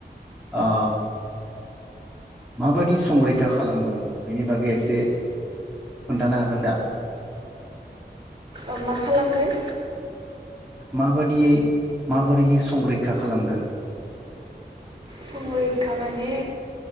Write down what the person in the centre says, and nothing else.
ओ माबायदि संरैखा खालामगोन बेनि बागै एसे खोन्थानो हागोन दा?
माबादियै माबोरैयै संरैखा खालामगोन।